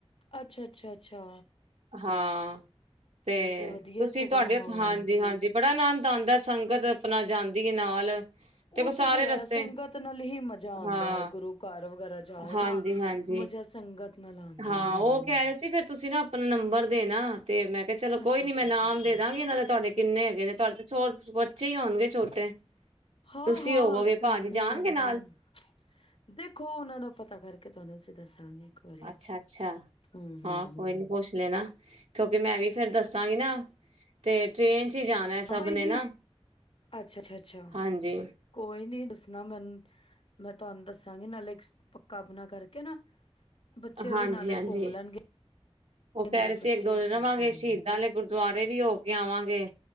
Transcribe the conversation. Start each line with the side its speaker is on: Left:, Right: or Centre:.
Left: ਅੱਛਾ ਅੱਛਾ ਅੱਛਾ
Right: ਹਾਂ ਤੇ
Left: ਠੀਕ ਹੈ ਵਧੀਆ
Right: ਤੁਸੀਂ
Left: ਸਗੋਂ
Right: ਤੁਹਾਡੇ
Left: ਹਾਂ
Right: ਉੱਥੇ ਹਾਂਜੀ ਹਾਂਜੀ ਬੜਾ ਆਨੰਦ ਆਦਾ। ਸੰਗਤ ਆਪਣਾ ਜਾਦੇ ਨਾਲ
Left: ਉਹ
Right: ਦੇਖੋ
Left: ਤੇ
Right: ਸਾਰੇ
Left: ਫਿਰ ਹੈ
Right: ਰਸਤੇ
Left: ਸੰਗਤ ਨਾਲ ਹੀ ਮਜ਼ਾ ਆਦਾ
Right: ਹਾਂ
Left: ਹੈ ਗੁਰੂ ਘਰ ਵਗੈਰਾ ਜਾਓ
Right: ਹਾਂਜੀ-ਹਾਂਜੀ
Left: ਨਾ ਮਜ਼ਾ ਸੰਗਤ ਨਾਲ ਆਉਂਦਾ
Right: ਹਾਂ
Left: ਹੈ। ਹੂੰ
Right: ਉਹ ਕਹਿ ਰਹੇ ਸੀ ਫਿਰ ਤੁਸੀਂ ਨਾ ਆਪਣਾ ਨੰਬਰ ਦੇਣਾ ਤੇ ਮੈਂ ਕਿਹਾ ਚਲੋ
Left: ਅੱਛਾ
Right: ਕੋਈ ਨੀ
Left: ਅੱਛਾ
Right: ਮੈਂ
Left: ਅੱਛਾ
Right: ਨਾਮ
Left: ਅੱਛਾ
Right: ਦੇ ਦਾਂਗੀ ਇਹਨਾਂ ਦੇ ਤੁਹਾਡੇ ਕਿੰਨੇ ਹੈਗੇ ਨੇ ਤੁਹਾਡੇ ਤੇ ਛੋਟੇ ਬੱਚੇ ਹੀ ਹੋਣਗੇ ਛੋਟੇ
Left: ਹਾਂ
Right: ਤੁਸੀਂ
Left: ਹਾਂ
Right: ਹੋਵੋਗੇ
Left: ਹੂੰ
Right: ਭਾਜੀ ਜਾਣਗੇ ਨਾਲ
Left: ਹੂੰ ਦੇਖੋ ਉਹਨਾਂ ਦਾ ਪਤਾ ਕਰਕੇ ਤੁਹਾਨੂੰ ਅਸੀਂ ਦੱਸਾਂਗੇ। ਇੱਕ ਵਾਰੀ
Right: ਅੱਛਾ ਅੱਛਾ
Left: ਹੂੰ
Right: ਹਾਂ
Left: ਹੂੰ
Right: ਕੋਈ
Left: ਹੂੰ
Right: ਨੀ ਪੁੱਛ ਲੈਣਾ ਕਿਉਂਕਿ ਮੈਂ ਵੀ ਫੇਰ ਦੱਸ ਸਾਂਗੀ ਨਾ ਤੇ ਟ੍ਰੇਨ ਚ ਹੀ ਜਾਣਾ
Left: ਕੋਈ
Right: ਸਭ ਨੇ
Left: ਨੀ।
Right: ਨਾ
Left: ਅੱਛਾ ਅੱਛਾ ਅੱਛਾ,
Right: ਹਾਂਜੀ
Left: ਕੋਈ ਨੀ ਦੱਸਣਾ ਮੈਨੂੰ ਮੈਂ ਤੁਹਾਨੂੰ ਦੱਸਾਂਗੀ ਨਾਲੇ ਇੱਕ ਪੱਕਾ ਆਪਣਾ ਕਰਕੇ ਨਾ। ਬੱਚੇ
Right: ਹਾਂਜੀ-ਹਾਂਜੀ
Left: ਵੀ ਨਾਲੇ ਘੁੰਮ ਲੈਣਗੇ।
Right: ਉਹ ਕਹਿ
Left: ਨਾਲੇ
Right: ਰਹੇ ਸੀ
Left: ਬੱਚੇ
Right: ਇੱਕ ਦੋ
Left: ਵੀ
Right: ਦਿਨ
Left: ਖੁਸ਼
Right: ਰਵਾਂਗੇ
Left: ਹੋ ਜਾਣਗੇ
Right: ਸ਼ਹੀਦਾਂ ਵਾਲੇ ਗੁਰਦੁਆਰੇ ਵੀ ਹੋ ਕੇ ਆਵਾਂਗੇ,